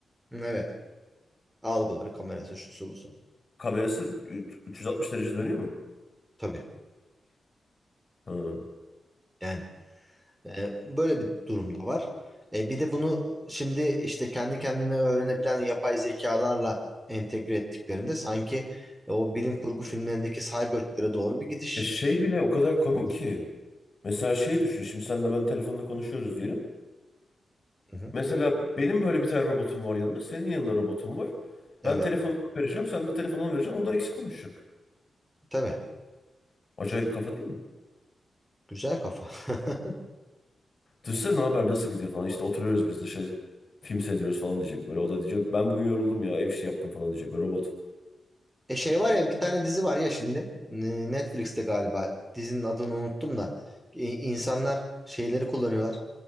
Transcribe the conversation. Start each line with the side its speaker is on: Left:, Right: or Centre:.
Centre: Evet. Algıları, kamerası, şusu busu.
Left: Kamerası üç- 360 derece dönüyor mu?
Centre: Tabii.
Left: Ha.
Centre: Yani. E, böyle bir durum da var. E, bir de bunu şimdi işte kendi kendine öğrenebilen yapay zekalarla entegre ettiklerinde sanki e, o bilim kurgu filmlerindeki cyborglere doğru bir gidiş
Left: E şey bile o kadar komik
Centre: olur.
Left: ki. Mesela şey düşün. Şimdi senle ben telefonda konuşuyoruz diyelim.
Centre: Hı hı.
Left: Mesela benim böyle bir tane robotum var yanımda. Senin yanında robotum var.
Centre: Evet.
Left: Ben telefonu vereceğim. Sen de telefonu ona vereceksin. Onlar ikisi konuşacak.
Centre: Tabii.
Left: Acayip bir kafa değil mi?
Centre: Güzel kafa. <laughs>
Left: Düşünsene ne haber nasıl gidiyor falan. İşte oturuyoruz biz de şey film seyrediyoruz falan diyecek böyle. O da diyecek ben bugün yoruldum ya ev işi yaptım falan diyecek böyle robot.
Centre: E şey var ya bir tane dizi var ya şimdi N- Netflix'te galiba dizinin adını unuttum da İ- insanlar şeyleri kullanıyorlar.